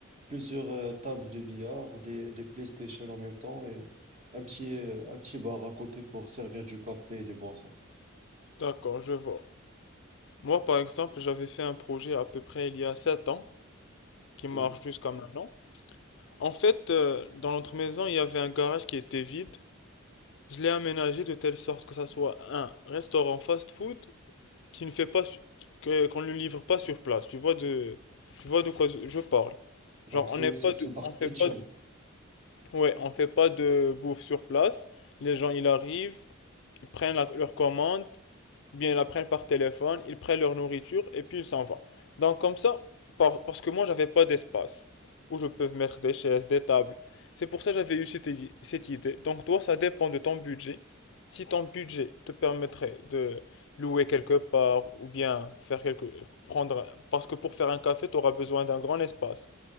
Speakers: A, on the right (about 35°); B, on the left (about 60°).
A: plusieurs euh, tables de billard, des, des PlayStation en même temps et un petit, euh, un petit bar à côté pour servir du café et des boissons.
B: D'accord, je vois. Moi, par exemple, j'avais fait un projet à peu près il y a 7 ans qui marche
A: Oui.
B: jusqu'à maintenant. En fait, euh, dans notre maison, il y avait un garage qui était vide. Je l'ai aménagé de telle sorte que ça soit un restaurant fast-food qui ne fait pas su- que- qu'on ne livre pas sur place. Tu vois de tu vois de quoi je je parle.
A: Donc
B: Genre on
A: c'est
B: n'est pas
A: c'est
B: de
A: c'est Dark
B: on fait
A: Kitchen.
B: pas Ouais, on fait pas de bouffe sur place. Les gens, ils arrivent, ils prennent la- leur commande, ou bien ils la prennent par téléphone, ils prennent leur nourriture et puis ils s'en vont. Donc comme ça, par- parce que moi, j'avais pas d'espace où je peux mettre des chaises, des tables. C'est pour ça que j'avais eu cette, i- cette idée. Donc toi, ça dépend de ton budget. Si ton budget te permettrait de louer quelque part ou bien faire quelque prendre parce que pour faire un café, tu auras besoin d'un grand espace